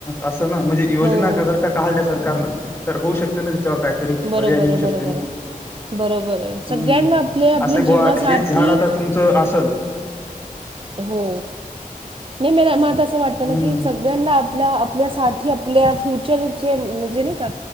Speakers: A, on the left; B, on the right.
A: असं ना म्हणजे योजना
B: हो
A: जर का काढल्या सरकारनं तर होऊ शकते ना.. त्याच्यावर कायतरी
B: बरोबर
A: पर्याय निघू
B: आहे बरोबर
A: शकते ना..
B: आहे बरोबर आहे सगळ्यांना
A: हम्म
B: आपले आपल्या
A: असे
B: जीवनासाठी
A: बुवा हेच झाड आता तुमचं असंल
B: हो नाही म मला त असं वाटत
A: हम्म
B: ना की सगळ्यांना आपला आप पल्यासाठी आपल्या फ्युचरचे म्हणजे नाही का